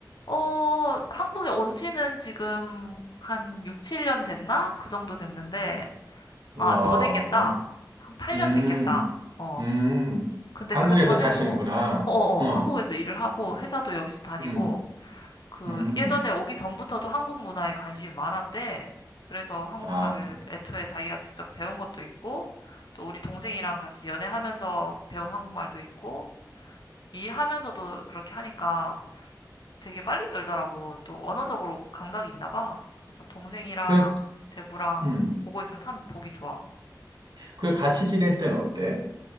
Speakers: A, on the left (about 75°); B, on the right (about 75°).
A: 어, 한국에 온 지는 지금 한 6, 7년 됐나? 그 정도 됐는데
B: 와.
A: 아, 더 됐겠다.
B: 엄-
A: 한 8년
B: 음.
A: 됐겠다. 어.
B: 음,
A: 근데
B: 한국에서
A: 그 전에도,
B: 사시는구나.
A: 어어어,
B: 어,
A: 한국에서 일을 하고, 회사도 여기서 다니고,
B: 음,
A: 그,
B: 음.
A: 예전에 오기 전부터도 한국 문화에 관심이 많았대. 그래서 한국말을
B: 아, 그,
A: 애초에 자기가 직접 배운 것도 있고, 또 우리 동생이랑 같이 연애하면서 배운 한국말도 있고, 일하면서도 그렇게 하니까 되게 빨리 늘더라고. 또 언어적으로 감각이 있나 봐. 그래서 동생이랑
B: 그,
A: 제부랑
B: 음.
A: 보고 있으면 참 보기 좋아.
B: 그 같이 지낼 때는 어때?